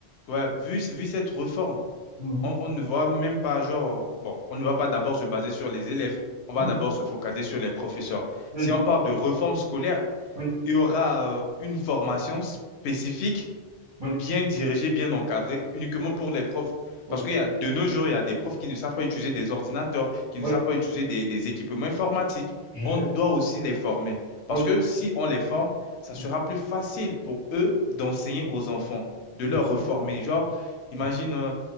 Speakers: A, on the left; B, on the right.
A: ouais, vu, vu cette réforme,
B: Mhm,
A: on, on ne va même pas, genre, euh, bon, on ne va pas d'abord se baser sur les élèves, on
B: mhm.
A: va d'abord se focaliser sur les professeurs.
B: Oui,
A: Si on parle de réforme scolaire,
B: oui,
A: il y aura euh, une formation spécifique
B: oui,
A: bien dirigé, bien encadré, uniquement
B: oui,
A: pour les profs.
B: oui,
A: Parce qu'il y a, de nos jours, il y a des profs qui ne savent pas utiliser des ordinateurs, qui
B: oui,
A: ne savent pas utiliser des, des équipements informatiques.
B: je
A: On
B: sais,
A: doit aussi les former. Parce
B: oui,
A: que si on les forme, ça
B: bien
A: sera plus facile pour eux d'enseigner aux enfants, de leur
B: sûr,
A: reformer. Genre, imagine,
B: bien sûr.
A: euh,